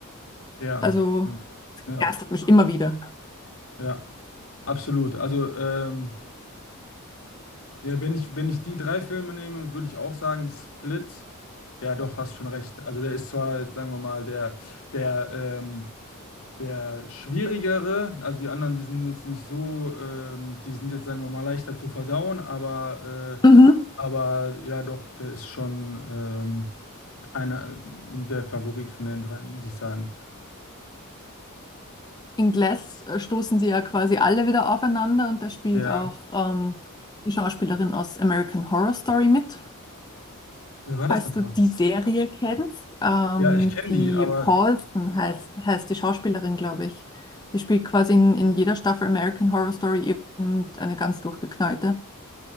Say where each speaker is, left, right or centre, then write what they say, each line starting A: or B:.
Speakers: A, on the left; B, on the left.
A: Ja,
B: also begeistert
A: ja,
B: mich immer wieder.
A: ja, absolut. Also, ähm, ja, wenn ich, wenn ich die drei Filme nehme, würde ich auch sagen, Split, ja, doch, hast schon recht. Also, der ist zwar, jetzt sagen wir mal, der, der, ähm, der schwierigere, also die anderen, die sind jetzt nicht so, ähm, die sind jetzt, sagen wir mal, leichter zu verdauen, aber äh,
B: Mhm.
A: Aber ja, doch, der ist schon ähm, einer äh, der Favorit von den dreien, muss ich sagen.
B: In Glass äh, stoßen sie ja quasi alle wieder aufeinander und da spielt
A: Ja,
B: auch ähm, die Schauspielerin aus American Horror Story mit,
A: wer war das
B: falls
A: nochmal?
B: du die Serie kennst. Ähm,
A: Ja, ich kenne
B: die
A: die, aber.
B: Paulson heißt, heißt die Schauspielerin, glaube ich. Die spielt quasi in, in jeder Staffel American Horror Story irgendeine ganz durchgeknallte.